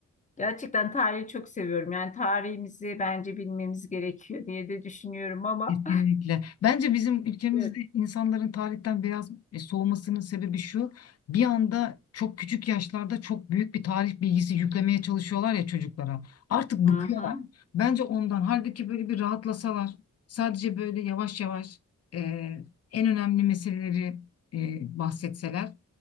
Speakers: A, on the left; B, on the left.
A: Gerçekten tarihi çok seviyorum. Yani tarihimizi bence bilmemiz gerekiyor diye de düşünüyorum ama.
B: Kesinlikle. Bence bizim ülkemizde
A: Evet.
B: insanların tarihten biraz e, soğumasının sebebi şu. Bir anda çok küçük yaşlarda çok büyük bir tarih bilgisi yüklemeye çalışıyorlar ya çocuklara. Artık bıkıyorlar.
A: Hı hı.
B: Bence ondan. Halbuki böyle bir rahatlasalar. Sadece böyle yavaş yavaş e, en önemli meseleleri e, bahsetseler.